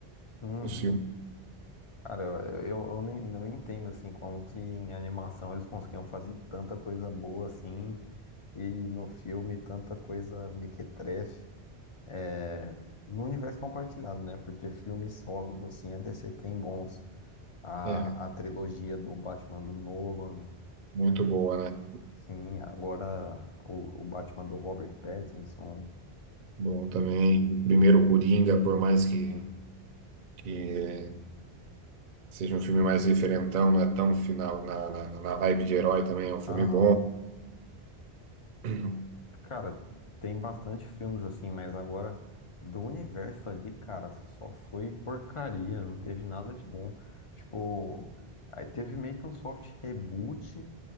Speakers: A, on the left; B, on the right.
A: uhum.
B: Os filmes.
A: Cara, eu, eu, eu nem, não entendo assim como que em animação eles conseguiam fazer tanta coisa boa assim e no filme tanta coisa mequetrefe é, no universo compartilhado, né? Porque filmes solos assim a DC tem bons. A,
B: É,
A: a trilogia do Batman do Nolan,
B: muito boa, né?
A: sim, agora o, o Batman do Robert Pattinson.
B: Bom também. O primeiro Coringa, por mais que
A: Hum.
B: que seja um filme mais diferentão, não é tão final na, na, na vibe de herói também, é um filme
A: Aham.
B: bom. <clears throat>
A: Cara, tem bastante filmes assim, mas agora do universo ali, cara, só foi porcaria, não teve nada de bom. Tipo, aí teve meio que um soft reboot,